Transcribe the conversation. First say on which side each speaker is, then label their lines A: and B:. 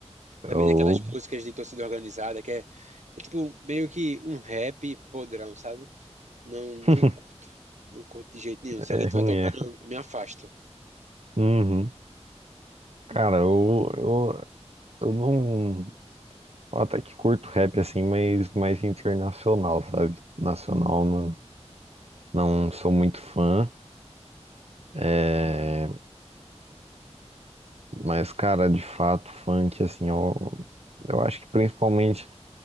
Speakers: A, on the right; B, on the right.
A: Eu...
B: Também tem aquelas músicas de torcida organizada, que é, é tipo meio que um rap podrão, sabe? Não, não
A: <laughs>
B: curto. Não curto de jeito nenhum. Se
A: É
B: alguém estiver
A: ruim,
B: tocando,
A: é.
B: eu me afasto.
A: Uhum. Cara, eu, eu, eu não. eu Até que curto rap assim, mas mais internacional, sabe? Nacional não, não sou muito fã. É, mas, cara, de fato, funk, assim, eu, eu acho que principalmente